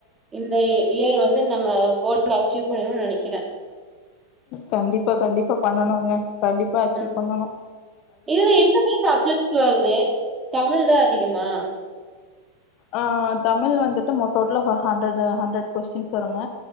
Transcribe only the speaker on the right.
இந்த இயர் வந்து நம்ம கோல்ல அச்சீவ் பண்ணும்னு நினைக்கிறேன்
ம்
இதுல எந்த வயசு அப்ஜெக்ஸ்ல வருது தமிழ் தான் அதிகமா